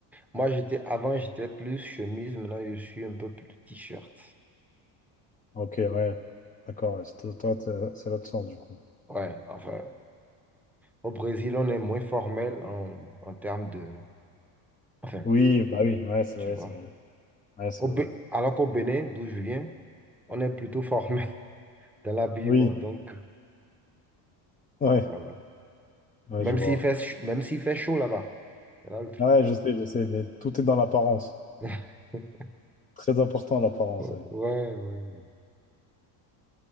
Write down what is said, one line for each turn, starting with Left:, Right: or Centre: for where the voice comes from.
Centre: Moi, j'étais avant, j'étais plus chemise, maintenant je suis un peu plus t-shirt.
Left: Ok, ouais. D'accord, ouais, c'est toi, toi, t'es- c'est l'autre sens du coup.
Centre: Ouais, enfin, au Brésil, on est moins formel en, en termes de... Enfin,
Left: Oui, bah oui, ouais, c'est
Centre: tu
Left: vrai,
Centre: vois.
Left: c'est vrai. Ouais, c'est
Centre: Au
Left: vrai.
Centre: Bé- Alors qu'au Bénin, d'où je viens, on est plutôt formel <laughs> dans l'habillement.
Left: Oui,
Centre: Donc,
Left: ouais,
Centre: voilà.
Left: ouais,
Centre: Même
Left: je vois.
Centre: s'il fait, ch- même s'il fait chaud là-bas. C'est là le truc.
Left: Ouais, je sais, je sais, mais tout est dans l'apparence.
Centre: <laughs>
Left: Très important l'apparence,
Centre: Ouais,
Left: ouais.
Centre: ouais, ouais.